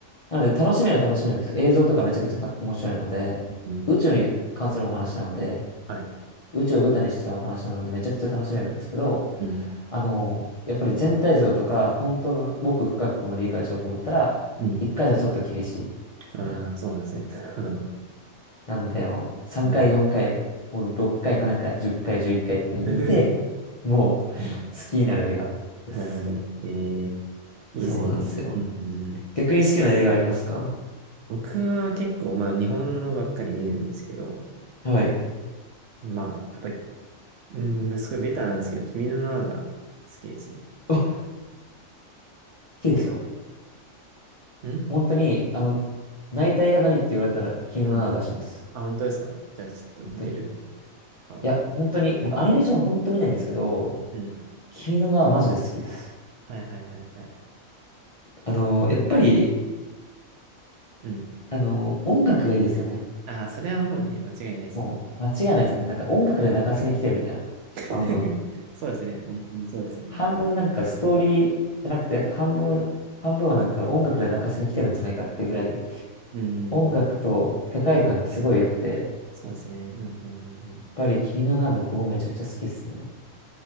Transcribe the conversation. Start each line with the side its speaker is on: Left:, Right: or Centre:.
Left: なので楽しめる楽しめるんですよ。映像とかめちゃくちゃた面白いので、
Right: うん、
Left: 宇宙に関するお話なので、
Right: はい。
Left: 宇宙を舞台にしたお話なのでめちゃくちゃ楽しめるんですけど、
Right: うん、
Left: あの、やっぱり全体像とか、本当の奥深くも理解しようと思ったら、
Right: うん。
Left: 1回じゃちょっと厳しいですね。
Right: ああ、そうなんですね。<laughs> なるほど。
Left: なんで、もう3回、
Right: うん
Left: 4回、もう6回、7回、10回、11回っかいって見て、
Right: <laughs>
Left: もう好
Right: はい。
Left: きになる映画です。
Right: なるほど。ええ、いいですね。
Left: そうなんですよ。
Right: うん、うん。
Left: 逆に好きな映画ありますか
Right: 僕は結構、まあ、日本のばっかり見るんですけど、
Left: はい。
Right: まあ、やっぱり、うん、すごいベタなんですけど、君の名はが好きですね。
Left: あ、好きですよ。
Right: うん
Left: 本当に、あの、泣いた映画何って言われたら、君の名は出します。
Right: うん。あ、本当ですかじゃあ、ちょっと似てる
Left: 本当に。い
Right: かもね。
Left: や、本当に、僕アニメーション本当見ないんですけど、
Right: うん。
Left: 君の名はマジで好きです。
Right: はいはいはいはい。
Left: あの、やっぱり、
Right: うん。
Left: あの、音楽がいいですよね。
Right: ああ、それはもうね、間違いないです、
Left: もう、
Right: 本当に
Left: 間違いないですよね。なんか音楽で泣かせに来てるみたいな。半分。
Right: <laughs> そうですね。本当にそうですね。
Left: 半分なんかストーリーじゃなくて、半分、半分はなんか音楽で泣かせに来てるんじゃないかってぐらい、
Right: うん。
Left: 音楽と世界観がすごい良くて、やっ
Right: そうですね。うんうんうんうん。
Left: ぱり君の名は僕もめちゃくちゃ好きですね。